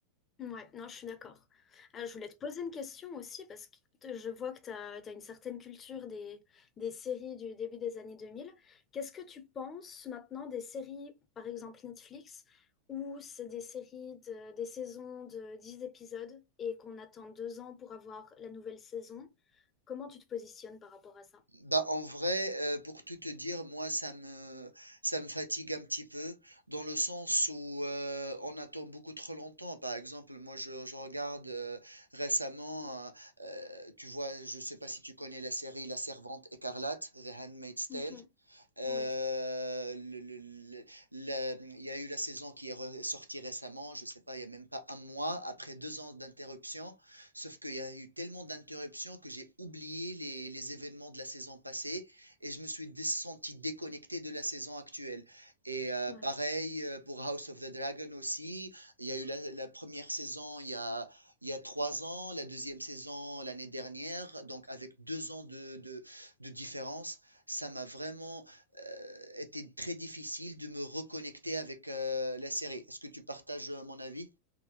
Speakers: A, on the left; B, on the right.
A: Ouais, non, je suis d'accord. Ah, je voulais te poser une question aussi parce que te- je vois que tu as, une certaine culture des, des séries du début des années 2000. Qu'est-ce que tu penses maintenant des séries, par exemple Netflix, où c'est des séries, de, des saisons de 10 épisodes et qu'on attend deux ans pour avoir la nouvelle saison? Comment tu te positionnes par rapport à ça?
B: Bah, en vrai, euh, pour tout te dire, moi, ça me, ça me fatigue un petit peu, dans le sens où euh, on attend beaucoup trop longtemps. Par exemple, moi, je, je regarde euh, récemment, euh, euh, tu vois, je sais pas si tu connais la série La Servante écarlate, The Handmaid's Tale.
A: Mhm.
B: Euh,
A: Oui,
B: le- le- le- la- il y a eu la saison qui est re- sortie récemment, je sais pas, il y a même pas un mois, après deux ans d'interruption. Sauf qu'il y a eu tellement d'interruptions que j'ai oublié les, les événements de la saison passée et je me suis dé- senti déconnecté de la saison actuelle. Et euh,
A: ouais.
B: pareil euh, pour House of the Dragon aussi. Il y a eu la, la première saison il y a, il y a trois ans, la deuxième saison l'année dernière, donc avec deux ans de, de, de différence, ça m'a vraiment euh, était très difficile de me reconnecter avec euh, la série. Est-ce que tu partages euh, mon avis?